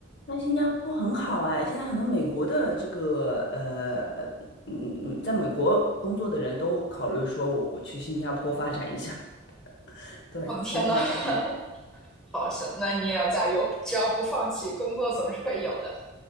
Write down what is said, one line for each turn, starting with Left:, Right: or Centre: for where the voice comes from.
Left: 但新加坡很好哎，现在很多美国的这个呃，嗯嗯，在美国工作的人都考虑说我我去新加坡发展一下，<laughs> 对，
Centre: 我的天呐，
Left: 所以你要加油。
Centre: <laughs> 好，行，那你也要加油，只要不放弃，工作总是会有的。